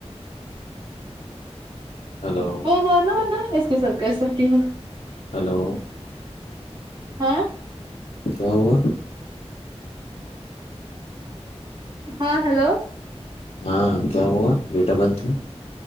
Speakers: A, on the left; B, on the right.
A: ہلو
B: وہ ورنا ورن اس کے ساتھ کر سکتی ہوں
A: ہیلو
B: ہاں
A: کیا ہوا
B: ہاں ہلو
A: ہاں کیا ہوا ڈیٹ آ برتھ ہے